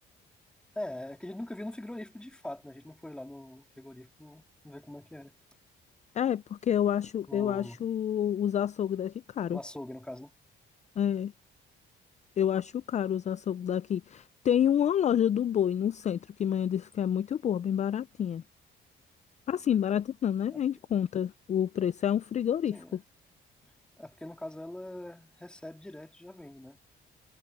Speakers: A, in the centre; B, on the left.
A: É, é que a gente nunca viu no frigorífico de fato, né? A gente não foi lá no frigorífico ver como é que era.
B: É, porque eu acho,
A: No,
B: eu acho os açougues daqui caro.
A: no açougue, no caso, né?
B: É, eu acho caro os açougues daqui. Tem uma loja do boi no centro que mãe disse que é muito boa, bem baratinha. Assim, baratinha não, né? É
A: É porque,
B: em conta. O preço é um frigorífico.
A: sim, é É porque no caso ela recebe direto e já vende, né?